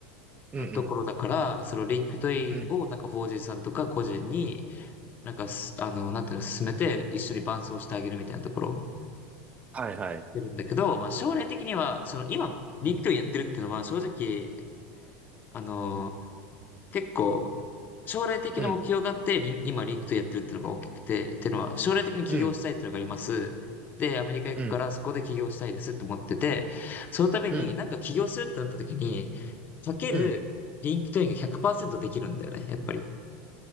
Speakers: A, on the right; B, on the left.
A: うんうん。
B: のところだから、そのリンクトインをなんか法人さんとか個人に、
A: うん。
B: なんかす、あの、なんていうの、進めて一緒に伴走してあげるみたいなところ
A: はいはい。
B: やってるんだけど、まあ、将来的には、その今、リンクトインやってるっていうのは正直、
A: うん。
B: あの、結構、将来的な目標があって、
A: うん。
B: リン今、リンクトインやってるっていうのが大きくて、っていうのは、将来的に起業したいっていうのがあります。
A: うん。
B: で、アメリカ行くから、
A: うん。
B: そこで起業したいですって思ってて、そのために、
A: うん。
B: なんか起業するってなった時に、かける、
A: うん。
B: リンクトインが100%できるんだよね、やっぱり。